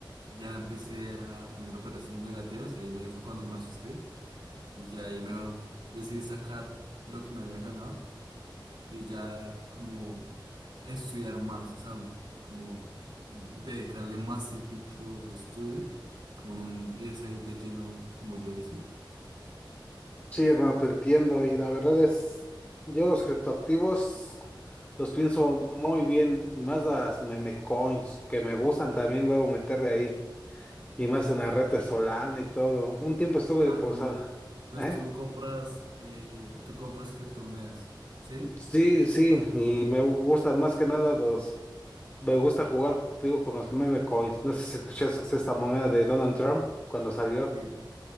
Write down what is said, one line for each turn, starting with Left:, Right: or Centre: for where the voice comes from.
Right: ya empecé a tener operaciones negativas y ahí me fue cuando me asusté y ya ahí mejor decidí sacar lo que me había ganado y ya como estudiar más, o sea, como mm, dedicarle más tiempito de estudio, como no irse ahí de lleno como yo hice.
Left: sí, hermano, te entiendo. Y la verdad es, yo los criptoactivos los pienso muy bien, y más las meme coins, que me gustan también luego meterle ahí. Y más en la red de Solana y todo. Un tiempo estuve
Right: Ah,
Left: posada.
Right: tú, entonces
Left: ¿Eh?
Right: tú compras, eh, tú compras criptomonedas, ¿sí?
Left: Sí, sí, y me gustan más que nada los. Me gusta jugar, te digo, con los meme coins. No sé si escuchaste esta moneda de Donald Trump cuando salió.
Right: Sí.